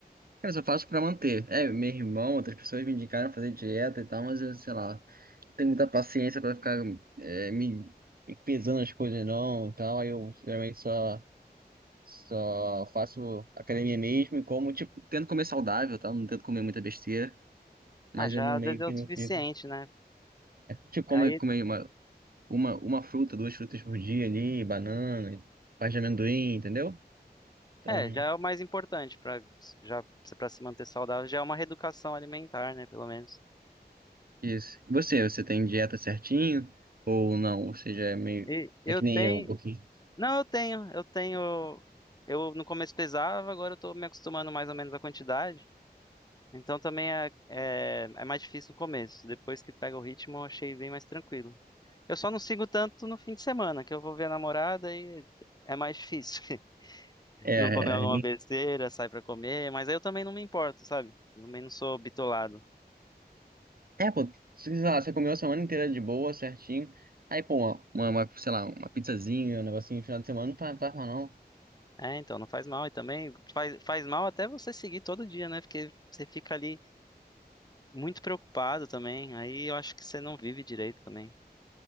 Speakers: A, on the right; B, on the left.
A: Cara, eu só faço pra manter. É, meu irmão, outras pessoas me indicaram fazer dieta e tal, mas eu, sei lá, não tenho muita paciência pra ficar é, me, me pesando as coisas não e tal. Aí eu geralmente só, só faço academia mesmo e como, tipo, tento comer saudável, tá? Não tento comer muita besteira, mas
B: Ah, já
A: eu não meio
B: às vezes é
A: que
B: o
A: não
B: suficiente,
A: fico.
B: né?
A: Tipo,
B: Aí
A: come, comer uma, uma, uma fruta, duas frutas por dia ali, banana, parte de amendoim, entendeu? Então,
B: É, já é o mais importante para já para se manter saudável, já é uma reeducação alimentar, né, pelo menos.
A: isso. E você, você tem dieta certinho ou não? Ou seja, é meio.
B: E eu
A: É que
B: tenho,
A: nem eu, um pouquinho.
B: não, eu tenho, eu tenho, eu no começo pesava, agora eu tô me acostumando mais ou menos à quantidade. Então também é, é, é mais difícil no começo. Depois que pega o ritmo, eu achei bem mais tranquilo. Eu só não sigo tanto no fim de semana, que eu vou ver a namorada e é mais difícil. <laughs>
A: É,
B: Não comer alguma
A: e-
B: besteira, sai pra comer, mas aí eu também não me importo, sabe? Também não sou bitolado.
A: é, pô, sei lá, você comeu a semana inteira de boa, certinho. Aí, pô, uma, uma, uma, sei lá, uma pizzazinha, um negocinho no final de semana, não faz faz mal não.
B: É, então, não faz mal. E também faz, faz mal até você seguir todo dia, né? Porque você fica ali muito preocupado também. Aí eu acho que você não vive direito também.